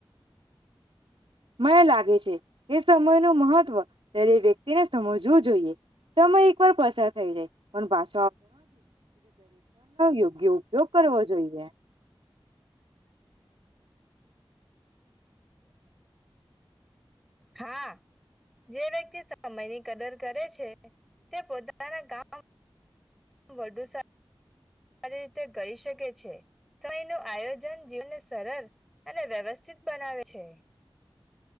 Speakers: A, on the right; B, in the centre.
A: મને લાગે છે કે સમયનું મહત્વ દરેક વ્યક્તિને સમજવું જોઈએ. સમય એકવાર પસાર થઈ જાય પણ પાછ
B: <inaudible> <inaudible>
A: યોગ્ય ઉપયોગ કરવો જોઈએ.
B: હા જે વ્યક્તિ સમયની કદર કરે છે તે પોતાના કામ વધુ સારું સારી રીતે કરી શકે છે સમયનું આયોજન જીવનને સરળ અને વ્યવસ્થિત બનાવે છે